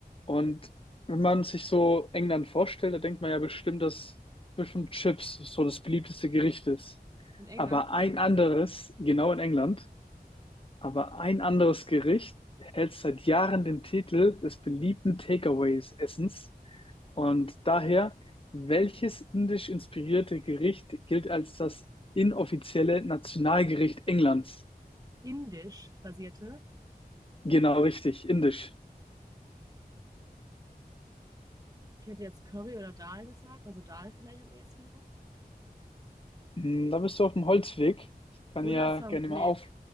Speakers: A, on the left; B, on the right.
A: und wenn man sich so England vorstellt, da denkt man ja bestimmt, dass bestimmt Chips so das beliebteste Gericht ist.
B: In England?
A: Aber ein anderes, genau in England. Aber ein anderes Gericht hält seit Jahren den Titel des beliebten Takeaways-Essens. Und daher, welches indisch inspirierte Gericht gilt als das inoffizielle Nationalgericht Englands?
B: Indisch basierte.
A: Genau, richtig, indisch.
B: Ich hätte jetzt Curry oder Dal gesagt, also Dal vielleicht am ehesten noch.
A: Hm, Da bist du auf dem Holzweg. Ich kann
B: Oder
A: ja
B: Sam,
A: gerne
B: nee,
A: mal auf.